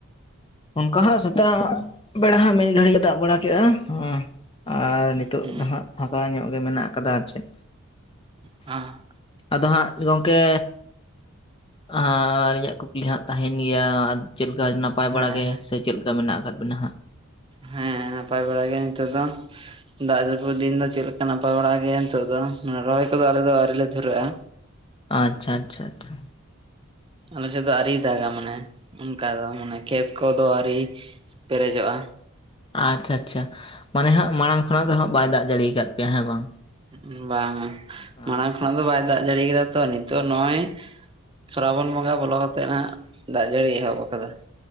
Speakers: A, on the left (about 25°); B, on the right (about 25°).
A: ᱚᱱᱠᱟ ᱦᱟᱸᱜ ᱥᱮᱛᱟᱜ ᱵᱮᱲᱟ ᱦᱟᱸᱜ ᱢᱤᱫ ᱜᱷᱟᱹᱲᱤ ᱫᱟᱜ ᱵᱟᱲᱟ ᱠᱮᱜ-ᱟ ᱚᱸᱻᱼᱼ ᱟᱨ ᱱᱤᱛᱚᱜ
B: ᱦᱩᱸ
A: ᱫᱚ ᱦᱟᱸᱜ ᱯᱷᱟᱠᱟ ᱧᱚᱜ ᱜᱮ ᱢᱮᱱᱟᱜ ᱟᱠᱟᱫᱟ᱾ ᱟᱨ ᱪᱮᱫ?
B: ᱟᱦᱟᱸ᱾
A: ᱟᱫᱚ ᱦᱟᱸᱜ ᱜᱚᱝᱠᱮᱼᱼ ᱦᱟᱸᱻᱟᱨ ᱤᱧᱟᱹᱜ ᱠᱩᱠᱞᱤ ᱦᱟᱸᱜ ᱛᱟᱦᱮᱱ ᱜᱮᱭᱟ ᱟᱨ ᱪᱮᱜ ᱞᱮᱠᱟ ᱱᱟᱯᱟᱭ
B: ᱦᱮᱸ
A: ᱵᱟᱲᱟ ᱜᱮ
B: ᱦᱮᱸ
A: ᱥᱮᱼᱼ ᱪᱮᱫ ᱞᱮᱠᱟ ᱢᱮᱱᱟᱜ ᱟᱠᱟᱫ ᱵᱮᱱᱟ ᱦᱟᱸᱜ?
B: ᱦᱮᱸ ᱱᱟᱯᱟᱭ ᱵᱟᱲᱟ ᱜᱮ ᱱᱤᱛᱚᱜ ᱫᱚ᱾ ᱫᱟᱜ ᱡᱟᱹᱯᱩᱜ ᱫᱤᱱ ᱫᱚ ᱪᱮᱜ ᱞᱮᱠᱟ ᱱᱟᱯᱟᱭ ᱵᱟᱲᱟ ᱜᱮ ᱱᱤᱛᱚᱜ ᱫᱚ ᱢᱟᱱᱮ ᱨᱚᱦᱚᱭ ᱠᱚᱫᱚ ᱟᱞᱮ ᱫᱚ ᱟᱨᱤ ᱞᱮ ᱫᱷᱩᱨᱟᱹᱜ-ᱟ᱾
A: ᱟᱪᱪᱷᱟ ᱟᱪᱪᱷᱟ ᱟᱪᱪᱷᱟ᱾
B: ᱟᱞᱮ ᱥᱮᱜ ᱫᱚ ᱟᱹᱨᱤᱭ ᱫᱟᱜᱟ ᱢᱟᱱᱮ ᱚᱱᱠᱟ ᱫᱚ ᱢᱟᱱᱮ ᱠᱷᱮᱛ ᱠᱚᱫᱚ ᱟᱣᱨᱤ ᱯᱮᱨᱮᱡᱚᱜ-ᱟ᱾
A: ᱟᱪᱪᱷᱟ ᱟᱪᱪᱷᱟ ᱢᱟᱱᱮ ᱦᱟᱸᱜ ᱢᱟᱬᱟᱝ ᱠᱷᱚᱱᱟᱜ ᱫᱚ ᱦᱟᱸᱜ ᱵᱟᱭ ᱫᱟᱜ ᱡᱟᱹᱲᱤᱭ ᱠᱟᱫ ᱯᱮᱭᱟ ᱦᱮᱸ ᱵᱟᱝ?
B: ᱩᱸ ᱵᱟᱝ-ᱟ
A: ᱟᱪᱪᱷᱟ
B: ᱢᱟᱬᱟᱝ ᱠᱷᱚᱱᱟᱜ ᱫᱚ ᱵᱟᱭ ᱫᱟᱜ ᱡᱟᱹᱲᱤᱭ ‌ᱠᱟᱫᱼᱼ ᱛᱚ ᱱᱤᱛᱚᱜ ᱱᱚᱜ-ᱚᱭ ᱥᱚᱨᱟᱵᱚᱱ ᱵᱚᱸᱜᱟ ᱵᱚᱞᱚ ᱠᱟᱛᱮᱜ ᱱᱟᱦᱟᱸᱜ ᱫᱟᱜ ᱡᱟᱹᱲᱤᱭ ᱮᱦᱚᱵ ᱠᱟᱫᱟ᱾